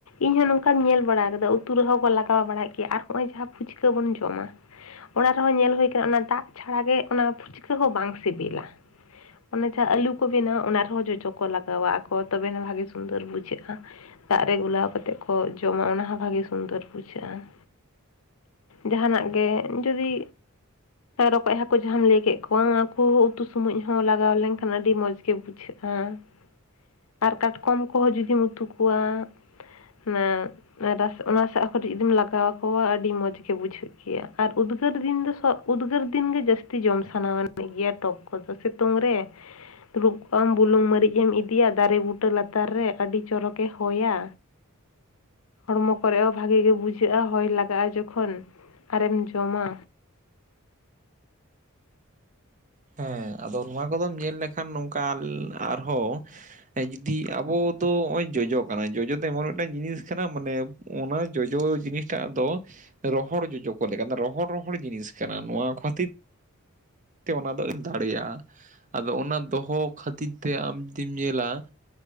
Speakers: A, on the left; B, on the right.
A: ᱤᱧ ᱦᱚ ᱱᱚᱝᱠᱟᱧ ᱧᱮᱞ ᱵᱟᱲᱟ ᱟᱠᱟᱫᱟ ᱩᱛᱩ ᱨᱮᱦᱚ ᱠᱚ ᱞᱟᱜᱟᱣ ᱵᱟᱲᱟᱭᱮᱫ ᱜᱮᱭᱟ ᱟᱨ ᱦᱚᱸᱜ-ᱚᱭ ᱡᱟᱦᱟ ᱯᱷᱩᱪᱠᱟᱹ ᱵᱚᱱ ᱡᱚᱢᱟ ᱚᱱᱟ ᱨᱮᱦᱚ ᱧᱮᱞ ᱦᱳᱭ ᱠᱟᱱᱟ ᱚᱱᱟ ᱫᱟᱜ ᱪᱷᱟᱲᱟ ᱜᱮ ᱚᱱᱟ ᱯᱷᱩᱪᱠᱟᱹ ᱦᱚ ᱵᱟᱝ ᱥᱮᱵᱮᱞᱟ᱾ ᱚᱱᱮ ᱡᱟᱦᱟ ᱟᱹᱞᱩ ᱠᱚ ᱵᱮᱱᱟᱣᱟ ᱚᱱᱟ ᱨᱮᱦᱚ ᱡᱚᱡᱚ ᱠᱚ ᱞᱟᱜᱟᱣᱟ ᱟᱠᱚ ᱛᱚᱵᱮᱱᱟ ᱵᱷᱟᱜᱮ ᱥᱩᱱᱫᱚᱨ ᱵᱩᱡᱷᱟᱹᱜᱼᱟ᱾ ᱫᱟᱜ ᱨᱮ ᱜᱩᱞᱟᱣ ᱠᱟᱛᱮᱜ ᱠᱚ ᱡᱚᱢᱟ ᱚᱱᱟ ᱦᱚ ᱵᱷᱟᱜᱮ ᱥᱩᱱᱫᱚᱨ ᱵᱩᱡᱷᱟᱹᱜᱼᱟ᱾ ᱡᱟᱦᱟᱱᱟᱜ ᱜᱮ ᱡᱩᱫᱤ ᱨᱚᱠᱚᱡ ᱦᱟᱹᱠᱩ ᱡᱟᱦᱟᱢ ᱞᱟᱹᱭ ᱠᱮᱫ ᱠᱚᱣᱟ ᱩᱱᱠᱩ ᱦᱚ ᱩᱛᱩ ᱥᱚᱢᱚᱡ ᱦᱚ ᱞᱟᱜᱟᱣ ᱞᱮᱱᱠᱷᱟᱱ ᱟᱹᱰᱤ ᱢᱚᱡᱽ ᱜᱮ ᱵᱩᱡᱷᱟᱹᱜ-ᱟ᱾ ᱟᱨ ᱠᱟᱴᱠᱚᱢ ᱠᱚᱦᱚ ᱡᱩᱫᱤᱢ ᱩᱛᱩ ᱠᱚᱣᱟ <unintelligible> ᱨᱟᱥ ᱚᱱᱟ ᱥᱟᱜ ᱦᱚ ᱠᱟᱹᱴᱤᱡ ᱡᱩᱫᱤᱢ ᱞᱟᱜᱟᱣᱟᱠᱚᱣᱟ ᱟᱹᱰᱤ ᱢᱚᱸᱡᱽ ᱜᱮ ᱵᱩᱡᱷᱟᱹᱜ ᱜᱮᱭᱟ ᱟᱨ ᱩᱫᱽᱜᱟᱹᱨ ᱫᱤᱱ ᱫᱚ ᱥᱚᱜ ᱩᱫᱽᱜᱟᱹᱨ ᱫᱤᱱ ᱜᱮ ᱡᱟᱹᱥᱛᱤ ᱡᱚᱢ ᱥᱟᱱᱟᱣ ᱟᱱᱤᱡ ᱜᱮᱭᱟ ᱴᱚᱠ ᱠᱚᱫᱚ ᱥᱮᱛᱳᱝ ᱨᱮ ᱫᱩᱲᱩᱵ ᱠᱚᱜ ᱟᱢ ᱵᱩᱞᱩᱝ ᱢᱟᱹᱨᱤᱽ ᱮᱢ ᱤᱫᱤᱭᱟ ᱫᱟᱨᱮ ᱵᱩᱴᱟᱹ ᱞᱟᱛᱟᱨ ᱨᱮ ᱟᱹᱰᱤ ᱪᱚᱨᱚᱠ ᱜᱮ ᱦᱳᱭ-ᱟ᱾ ᱦᱚᱲᱢᱚ ᱠᱚᱨᱮ ᱦᱚ ᱵᱷᱟᱜᱮ ᱜᱮ ᱵᱩᱡᱷᱟᱹᱜᱼᱟ ᱦᱚᱭ ᱞᱟᱜᱟᱜᱼᱟ ᱡᱚᱠᱷᱚᱱ᱾ ᱟᱨᱮᱢ ᱡᱚᱢᱟ᱾
B: ᱦᱮ ᱟᱫᱚ ᱱᱚᱣᱟ ᱠᱚᱫᱚᱢ ᱧᱮᱞ ᱞᱮᱠᱷᱟᱱ ᱱᱚᱝᱠᱟ ᱟᱨᱦᱚ ᱦᱮ ᱡᱩᱫᱤ ᱟᱵᱚ ᱫᱚ ᱱᱚᱜᱼᱚᱭ ᱡᱚᱡᱚ ᱠᱟᱱᱟ ᱡᱚᱡᱚ ᱫᱚ ᱮᱢᱚᱱ ᱢᱤᱫᱴᱟᱝ ᱡᱤᱱᱤᱥ ᱠᱟᱱᱟ ᱢᱟᱱᱮ ᱚᱱᱟ ᱡᱚᱡᱚ ᱡᱤᱱᱤᱥᱴᱟᱜ ᱫᱚ ᱨᱚᱦᱚᱲ ᱡᱚᱡᱚ ᱠᱚ ᱞᱮᱠᱟ ᱫᱚ, ᱨᱚᱦᱚᱲ ᱨᱚᱦᱚᱲ ᱡᱤᱱᱤᱥ ᱠᱟᱱᱟ ᱱᱚᱣᱟ ᱠᱷᱟᱹᱛᱤᱨ ᱛᱮ ᱚᱱᱟ ᱫᱚ ᱮᱢ ᱫᱟᱲᱮᱭᱟᱜᱼᱟ ᱟᱫᱚ ᱚᱱᱟ ᱫᱚᱦᱚ ᱠᱷᱟᱹᱛᱤᱨ ᱛᱮ ᱟᱢ ᱡᱩᱫᱤᱢ ᱧᱮᱞᱟ